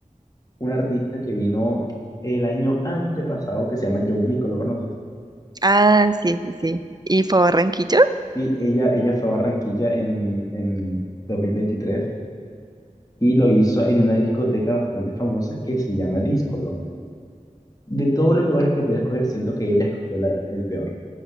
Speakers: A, on the left; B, on the right.
A: un artista que vino el año antepasado que se llama John Mico, ¿lo conoces?
B: Ah, sí, sí, sí. ¿Y fue a Barranquilla?
A: Sí, ella, ella fue a Barranquilla en, en 2023 y lo hizo en una discoteca bastante famosa que se llama Díscolo. De todos los lugares que podía escoger, siento que ella escogió la- el peor.